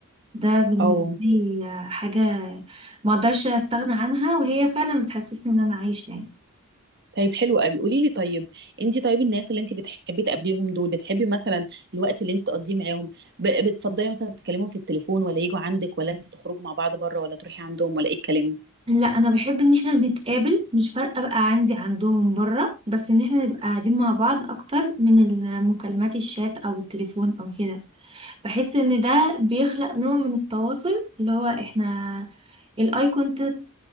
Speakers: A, on the right; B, on the right.
A: ده بالنسبة
B: اه
A: لي حاجة ما أقدرش أستغنى عنها وهي فعلا بتحسسني إن أنا عايشة يعني
B: طيب حلو قوي قولي لي طيب انت طيب الناس اللي انت بتحبي تقابليهم دول بتحبي مثلا الوقت اللي انت تقضيه معاهم ب- بتفضلي مثلا تكلمهم في التليفون ولا يجوا عندك ولا انت تخرجوا مع بعض بره ولا تروحي عندهم ولا ايه الكلام
A: لا أنا بحب إن إحنا نتقابل مش فارقة بقى عندي عندهم برا بس إن إحنا نبقى قاعدين مع بعض أكتر من المكالمات الشات أو التليفون أو كده بحس ان ده بيخلق نوع من التواصل اللي هو احنا الاي كونتاكت